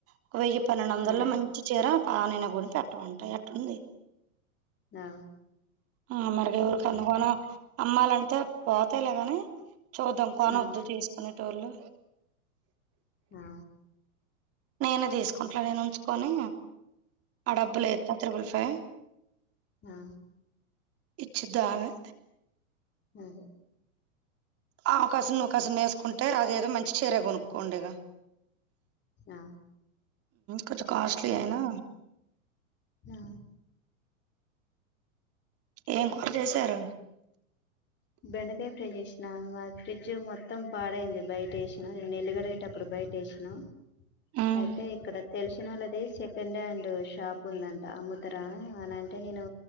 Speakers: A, on the right (about 35°); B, on the left (about 25°).
A: ఒక వెయ్యి పన్నెండు వందల్లో
B: ఉమ్,
A: మంచి చీర పానైన కొనిపెట్టమంట ఎట్టుది
B: ఆ,
A: ఆ మరిగ
B: పెట్టు
A: ఊరు కనీకోనా అమ్మాలంటే పోతయిలేగాని చూద్దాం పోని
B: ఉమ్
A: వద్దు చేసుకునేటోళ్ళు
B: ఆ
A: నేను తీసుకుంట్ల నేను ఉంచుకొని ఆ డబ్బులు ఏత్తా త్రిబుల్ ఫైవ్
B: ఆ
A: ఇచ్చి ద్దామే
B: మ్
A: అవ కాశం నువ్వు కాసం వేసుకుంటే అదే ఏదో మంచి చీర కొనుక్కోండి ఇగా
B: ఆ
A: కొంచెం కాస్ట్లీ అయినా
B: ఆ
A: ఏం కార చేశారు
B: బెండకాయ ఫ్రై చేసినా మా ఫ్రిడ్జ్ మొత్తం పాడైంది బయట వేసిన నిన్న ఇల్లుకడిగే అప్పుడు బయట వేసినా
A: హ్మ్.
B: అయితే ఇక్కడ తెలుసు నా వాళ్ళది సెకండ్ హ్యాండ్ షాప్ ఉందంట అమ్ముతరా అని అంటే నేను